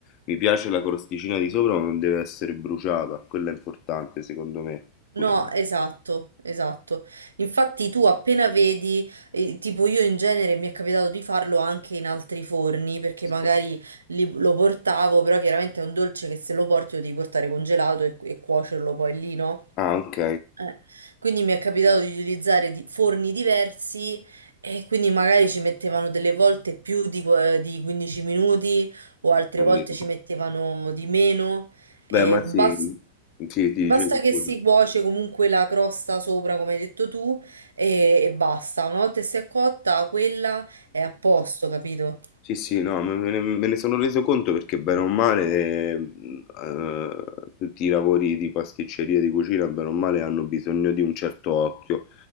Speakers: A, on the left; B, on the right.
A: mi piace la crosticina di sopra, ma non deve essere bruciata. Quello è importante, secondo me.
B: no,
A: Pure.
B: esatto, esatto. Infatti tu appena vedi, eh, tipo io in genere mi è capitato di farlo anche in altri forni, perché
A: Sì.
B: magari li- lo portavo, però chiaramente è un dolce che se lo porti lo devi portare congelato e, e cuocerlo poi lì, no?
A: Ah, ok,
B: Eh, Quindi mi è capitato di utilizzare di- forni diversi e quindi magari ci mettevano delle volte più di, que- di 15 minuti o altre
A: ho capito.
B: volte ci mettevano di meno. E
A: Beh, ma sì,
B: bas-
A: sì, ti dicevo
B: basta che
A: pure.
B: si cuoce comunque la crosta sopra, come hai detto tu, e, e basta. Una volta che si è cotta, quella è a posto, capito?
A: Sì, sì, no, me me ne, me ne sono reso conto perché bene o male mh, eh, tutti i lavori di pasticceria, di cucina, bene o male hanno bisogno di un certo occhio,